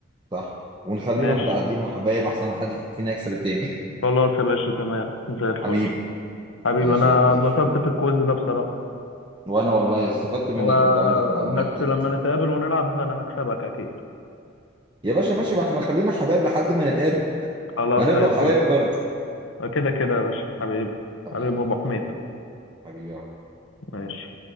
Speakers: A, on the right; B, on the left.
A: صح ونخلينا
B: ماشي
A: متعادلين وحبايب احسن ما حد فينا يكسب التاني
B: خلاص يا باشا تمام
A: <laughs>
B: زي الفل
A: حبيبي
B: حبيبي
A: ماشي
B: انا
A: يا كبير
B: اتبسطت في الكويز ده بصراحة
A: وانا والله استفدت منك
B: و...
A: برضو عندك معلومات
B: بس
A: جديدة
B: لما نتقابل ونلعب انا هكسبك اكيد
A: يا باشا ماشي بقى احنا خلينا حبايب لحد ما نتقابل
B: خلاص
A: وهنفضل
B: زي الفل
A: حبايب برضو
B: كده كده يا باشا حبيبي
A: حبيبي
B: حبيبي ابو حميد
A: حبيبي يا
B: ماشي